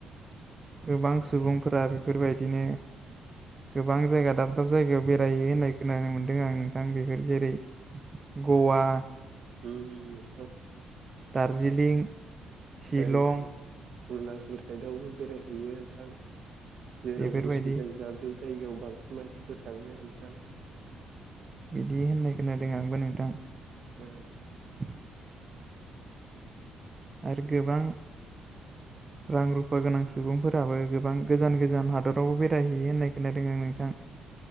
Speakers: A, on the right; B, on the right.
A: गोबां सुबुंफोरा बेफोरबायदिनो गोबां जायगा दाब दाब जायगायाव बेरहोयो होननाय खोनानो मोनदों आं नोंथां बेफोर जेरै ग'वा
B: उम उम नोंथां।
A: दार्जिलि शिलं
B: ओरै अरुणाचल साइदआवबो बेरायहैयो नोंथां जेराव
A: बेफोरबायदि
B: गुसु जायगा बे जायगायाव बांसिन मानसिफोर थाङो नोंथां।
A: बिदि होननाय खोनादों आंबो नोंथां‌।
B: ओ
A: <inaudible> आरो गोबां रां रुफा गोनां सुबुंफोराबो गोबां गोजान गोजान हादरावबो बेरायहैयो होननाय खोनादों आं नोंथां। <inaudible>